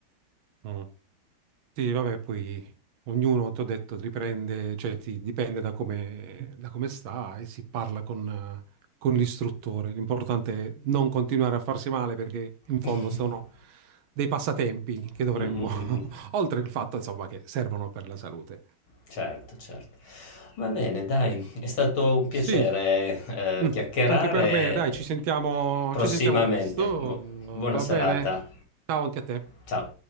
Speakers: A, on the right (about 75°); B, on the left (about 75°).
A: mm. Sì, vabbè, poi ognuno, ti ho detto, riprende, cioè ti- dipende da come, da come sta e si parla con, eh, con l'istruttore. L'importante è non continuare a farsi male perché in fondo
B: <laughs>
A: sono dei passatempi che dovremmo,
B: Mm, mm, mm, mm.
A: <laughs> oltre il fatto, insomma, che servono per la salute.
B: Certo, certo. Va bene, dai, è stato un piacere,
A: Sì,
B: eh,
A: Mm,
B: chiacchierare.
A: Anche per me, dai,
B: eh,
A: ci sentiamo,
B: Prossimamente.
A: ci sentiamo presto,
B: Bu- buona
A: va
B: serata.
A: bene? Ciao anche a te.
B: Ciao.